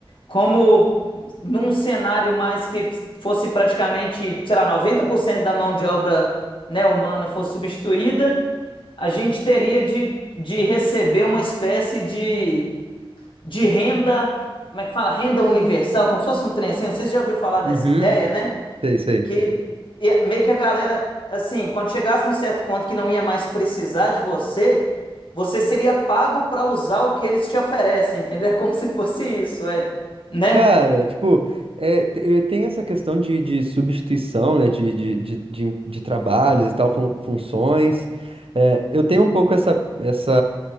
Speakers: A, on the left; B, on the right.
A: como num cenário mais que fosse praticamente, sei lá, 90% da mão de obra, né, humana fosse substituída, a gente teria de, de receber uma espécie de de renda, como é que fala? Renda universal, como se fosse um trem assim, não sei se você já ouviu falar dessa
B: uhum.
A: ideia, né?
B: Sei, sei.
A: Que e- é meio que a galera, assim, quando chegasse num certo ponto que não ia mais precisar de você, você seria pago para usar o que eles te oferecem, entendeu? É como se fosse isso, é, né?
B: Cara, tipo, é, te- eh, tem essa questão de, de substituição, né, de, de, de, de, em- de trabalhos e tal, fun- funções. É, eu tenho um pouco essa, essa,